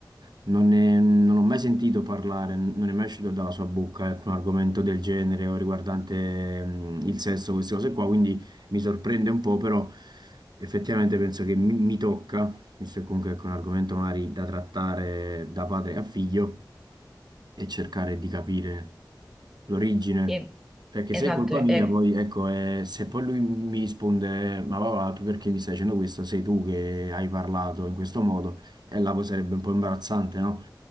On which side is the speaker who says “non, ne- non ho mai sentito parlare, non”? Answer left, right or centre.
Right